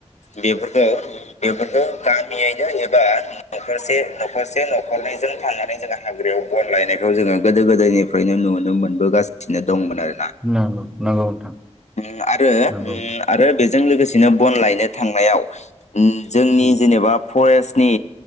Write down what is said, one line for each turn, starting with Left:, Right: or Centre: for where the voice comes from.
Left: बेफोरखौ बेफोरखौ गामियैनो एबा नरसे नखरसे नखरनैजों थांनानै जोङो हाग्रायाव बन लायनायखौ जोङो गोदो गोदायनिफ्रायनो नुनो मोनबोगासिनो दंमोन आरो
Centre: नंगौ नोंथां
Left: ओम आरो ओम
Centre: नंगौ
Left: आरो बेजों लोगोसेनो बन लायनो थांनायाव ओम जोंनि
Centre: उम
Left: जेनेबा फरेस्ट नि